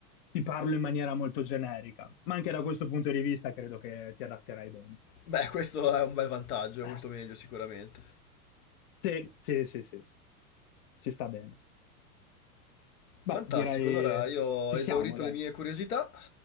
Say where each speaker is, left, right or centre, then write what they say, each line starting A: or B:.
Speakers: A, on the left; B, on the left.
A: ti parlo in maniera molto generica, ma anche da questo punto di vista credo che ti adatterai bene.
B: Beh, <laughs> questo è un bel vantaggio, è
A: Ah,
B: molto meglio sicuramente.
A: Sì, sì, sì, sì, sì. Ci sta bene. Beh,
B: Fantastico,
A: direi
B: allora io ho
A: ci siamo,
B: esaurito
A: dai.
B: le mie curiosità,